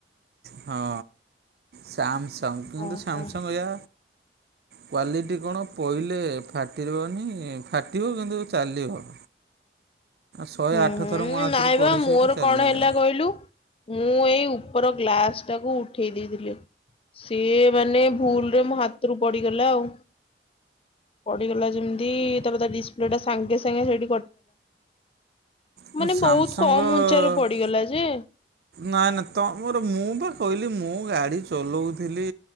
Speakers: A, on the right (about 60°); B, on the left (about 30°).
A: ହଁ ସାମସଙ୍ଗ କିନ୍ତୁ
B: ଓହୋ।
A: ସାମସଙ୍ଗ ଅଜା। କ୍ଵାଲିଟି କଣ ପହିଲେ ଫାଟିରିବନି ଫାଟିବ କିନ୍ତୁ ଚାଲିବ। <inaudible> ଶହେ
B: ହୁଁ
A: ଆଠ
B: ହୁଁ
A: ଥର ମୋ ହାତରୁ
B: ନାଇଁ
A: ପଡ଼ିଛି
B: ବା ମୋର
A: ଚାଲିଲା
B: କଣ ହେଲା କହିଲୁ ମୁଁ ଏଇ ର ଗ୍ଲାସ ଟାକୁ ଉଠେଇ ଦେଇଥିଲି। ସିଏ ମାନେ ଭୁଲରେ ମୋ ହାତରୁ ପଡିଗଲା ଆଉ। ପଡିଗଲା ଯେମିତି ତାପରେ ତା ଡିସପ୍ଲେ ଟା ସାଙ୍ଗେ ସାଙ୍ଗେ ସେଠି
A: କିନ୍ତୁ
B: ମାନେ
A: ସାମସଙ୍ଗ୍
B: ବହୁତ କମ ଉଞ୍ଚା ର ପଡିଗଲା ଯେ।
A: ନାଇଁ ନାଇ ତମର ମୁଁ ବା କହିଲି ମୁଁ ମୁଁ ଗାଡି ଚଲାଉଥିଲି